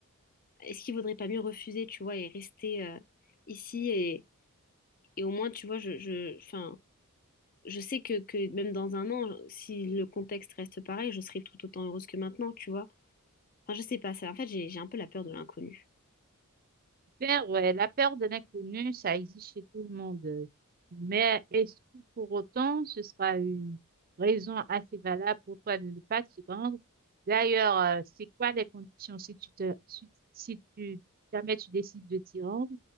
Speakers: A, on the left; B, on the right.
A: est-ce qu'il vaudrait pas mieux refuser, tu vois, et rester euh, ici et, et au moins, tu vois, je, je, enfin je sais que, que même dans un an, si le contexte reste pareil, je serai tout autant heureuse que maintenant, tu vois. Enfin, je sais pas, ça, en fait, j'ai, j'ai un peu la peur de l'inconnu.
B: Bien, ouais, la peur de l'inconnu, ça existe chez tout le monde. euh. Mais est-ce que pour autant, ce sera une raison assez valable pour toi de ne pas t'y rendre? D'ailleurs, euh, c'est quoi les conditions si tu te, si, si tu, jamais tu décides de t'y rendre?